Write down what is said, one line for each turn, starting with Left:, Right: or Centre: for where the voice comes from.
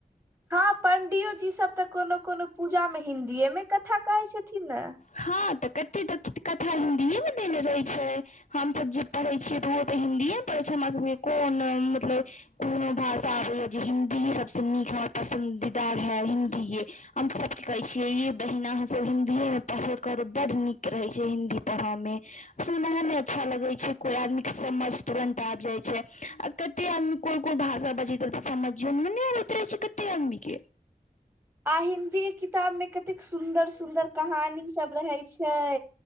Right: हँ, पंडियो जी सब तऽ कोनो कोनो पूजा मे हिन्दीए मे कथा कहै छथिन न?
Left: हँ तऽ कते त कथा हिन्दीए में देने रहे छै, हमसब जे परहै छियै त ओहो त हिन्दिये म परहै छिय, हमरा सबके कोन मतलब कुनो भाषा आबैयै जे हिन्दीये सभसँ नीक हमा पसन्दीदा है हिन् दीये, हम सबके कहै छियै, ये बहिना अहॉं सब हिन्दी में परहल करू, बड्ड नीक रहैत छै हिन्दी परहऽ में। सुनहो में अच्छा लगै छै, कोइ आदमी के समझ तुरन्त आबि जाइ छै। अक् कते आदमी कोन कोन भाषा बजैत रहै, समझो में नैय आबैत रहै छै कते आदमी के।
Right: आ हिन्दी किताब में कतेक सुंदर सुंदर कहानी सब रहे छै?